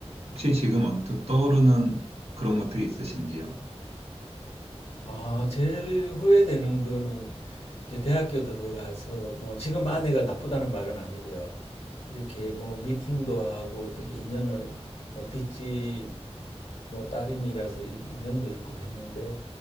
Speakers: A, on the right; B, on the left.
A: 혹시 지금 언뜻 떠오르는 그런 것들이 있으신지요?
B: 아, 제일 후회되는 거는 이제 대학교 들어가서 뭐 지금 아내가 나쁘다는 말은 아니고요. 이렇게 뭐 미팅도 하고 어떻게 인연을 뭐 뒷집 뭐 따님이라서 이렇게 인연도 있고 했는데